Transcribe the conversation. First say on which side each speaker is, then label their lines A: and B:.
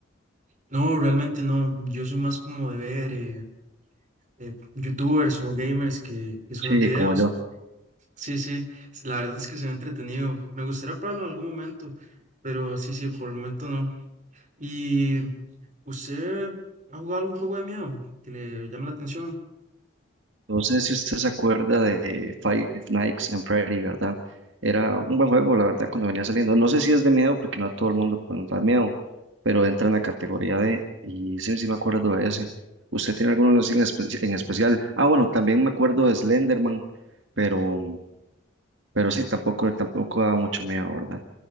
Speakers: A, on the right (about 40°); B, on the right (about 70°).
A: no, realmente no, yo soy más como de ver eh, eh, youtubers o gamers que, que suben
B: Sí,
A: videos
B: como yo.
A: Sí, sí, s- la verdad es que se ve entretenido. Me gustaría probarlo en algún momento, pero sí, sí, por el momento no. ¿Y usted ha jugado algún juego de miedo que le llame la atención?
B: No sé si usted se acuerda de Five Nights and Freddy, ¿verdad? Era un buen juego, la verdad, cuando venía saliendo. No sé si es de miedo, porque no a todo el mundo pues, nos da miedo, pero entra en la categoría de, y sí, sí me acuerdo de ese. ¿Usted tiene alguno así en, espe- en especial? Ah, bueno, también me acuerdo de Slenderman, pero, pero sí, tampoco, tampoco da mucho miedo, ¿verdad?